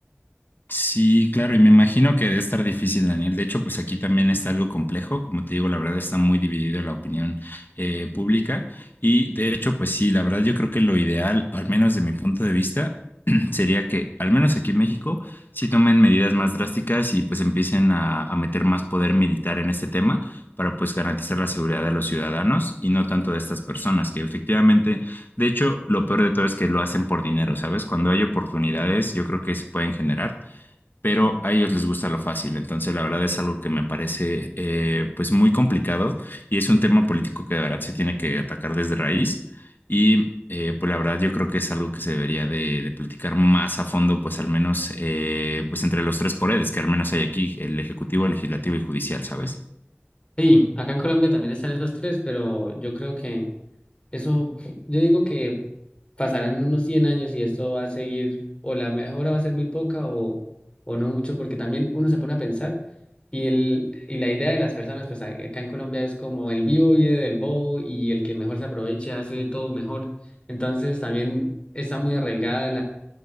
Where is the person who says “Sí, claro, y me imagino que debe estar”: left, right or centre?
Left